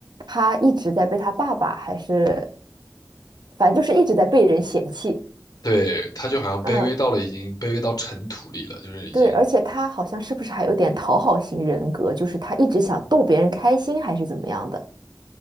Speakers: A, on the right; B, on the left.
A: 他一直在被他爸爸还是反正就是一直在被人嫌弃，
B: 对，他就好像卑微到了已经卑微到尘土里了，
A: 嗯，
B: 就是已经
A: 对，而且他好像是不是还有点讨好型人格，就是他一直想逗别人开心还是怎么样的？